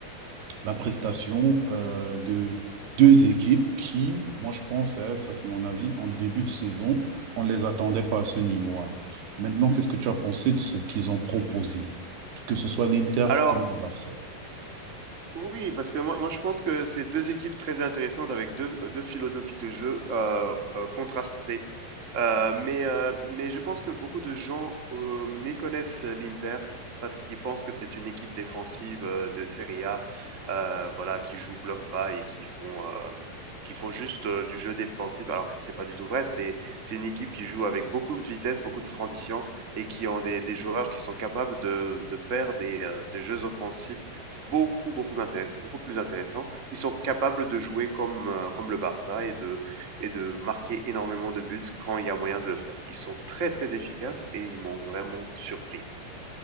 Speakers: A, on the right; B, on the right.
A: la prestation euh, de deux équipes qui, moi je pense, hein, ça c'est mon avis, en début de saison, on ne les attendait pas à ce niveau. hein. Maintenant, qu'est-ce que tu as pensé de ce qu'ils ont proposé, que ce soit l'Inter
B: Alors,
A: comme le Barça?
B: Oui, parce que moi, moi je pense que c'est 2 équipes très intéressantes avec 2 heu, philosophies de jeu, heu heu, contrastées. Heu, mais heu, mais je pense que beaucoup de gens, heu, méconnaissent l'Inter parce qu'ils pensent que c'est une équipe défensive, heu, de Serie A, heu, voilà, qui joue bloc bas et qui font, hem, qui font juste, heu, du jeu défensif alors que c'est pas du tout vrai. C'est c'est une équipe qui joue avec beaucoup de vitesse, beaucoup de transition et qui ont des des joueurs qui sont capables de de faire des, heu, des jeux offensifs beaucoup, beaucoup, intéress- beaucoup plus intéressant. Ils sont capables de jouer comme, euh, comme le Barça et de, et de marquer énormément de buts quand il y a moyen de le faire. Ils sont très, très efficaces et ils m'ont vraiment surpris.